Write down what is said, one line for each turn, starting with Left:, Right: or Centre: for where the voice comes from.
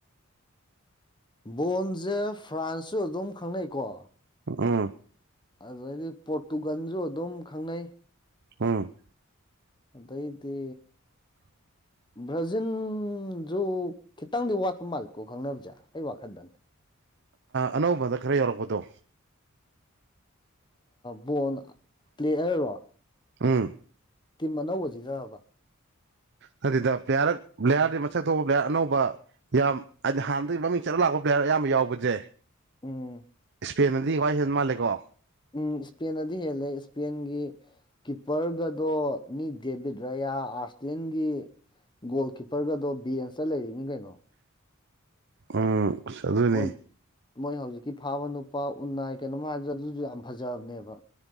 Left: ꯕꯣꯟꯁꯦ ꯐ꯭ꯔꯥꯟꯁꯁꯨ ꯑꯗꯨꯝ ꯈꯪꯅꯩꯀꯣ
Right: ꯑꯥ
Left: ꯑꯗꯨꯩꯗꯤ ꯄꯣꯔꯇꯨꯒꯟꯁꯨ ꯑꯗꯨꯝ ꯈꯪꯅꯩ
Right: ꯎꯝ
Left: ꯑꯗꯩꯗꯤ
Right: <inaudible>
Left: ꯕ꯭ꯔꯖꯤꯟꯁꯨ ꯈꯤꯇꯪꯗꯤ ꯋꯥꯠꯄ ꯃꯥꯜꯂꯤꯀꯣ ꯈꯪꯅꯕꯁꯦ ꯑꯩ ꯋꯥꯈꯟꯗ
Right: ꯑꯅꯧꯕꯗ ꯈꯔ ꯌꯧꯔꯛꯄꯗꯣ
Left: ꯕꯣꯟ ꯄ꯭ꯂꯦ ꯍꯥꯏꯔꯔꯣ
Right: ꯑꯥ
Left: ꯇꯤꯝ ꯑꯅꯧꯕꯁꯤ ꯅꯔꯕ
Right: ꯑꯗꯨꯗ ꯄ꯭ꯂꯦꯌꯥꯔ ꯄ꯭ꯂꯦꯌꯥꯔꯗꯤ ꯃꯁꯛ ꯊꯣꯛꯄ ꯄ꯭ꯂꯦꯌꯥꯔ ꯑꯅꯧꯕ ꯌꯥꯝ ꯍꯥꯏꯗꯤ ꯍꯥꯟꯅꯗꯒꯤ ꯃꯃꯤꯡ ꯆꯠꯂ ꯂꯥꯛꯄ ꯄ꯭ꯂꯦꯌꯥꯔ ꯑꯌꯥꯝꯕ ꯌꯥꯎꯕꯖꯦ
Left: ꯎꯝ
Right: ꯏꯁꯄꯦꯟꯗꯗꯤ ꯈ꯭ꯋꯥꯏ ꯍꯦꯟꯟꯅ ꯃꯥꯜꯂꯦꯀꯣ
Left: ꯎꯝ ꯏꯁꯄꯦꯟꯗꯗꯤ ꯍꯦꯜꯂꯦ ꯏꯁꯄꯦꯟꯒꯤ ꯀꯤꯞꯄꯔꯒꯗꯣ ꯃꯤ ꯗꯦꯕꯤꯠ ꯔꯌꯥ ꯑꯥꯔꯁꯇꯟꯒꯤ ꯒꯣꯜ ꯀꯤꯞꯄꯔꯒꯗꯣ ꯕꯤꯦꯟꯁꯇ ꯂꯩꯔꯤꯅꯤ ꯀꯩꯅꯣ
Right: ꯎꯝ ꯑꯗꯨ ꯑꯗꯨꯅꯦ
Left: ꯃꯣꯏ ꯃꯣꯏ ꯍꯧꯖꯤꯛꯀꯤ ꯐꯥꯕ ꯅꯨꯄꯥ ꯎꯅꯥꯏ ꯀꯩꯅꯣꯝꯃ ꯍꯥꯏꯕꯗ ꯑꯗꯨꯁꯨ ꯌꯥꯝ ꯐꯖꯕꯅꯦꯕ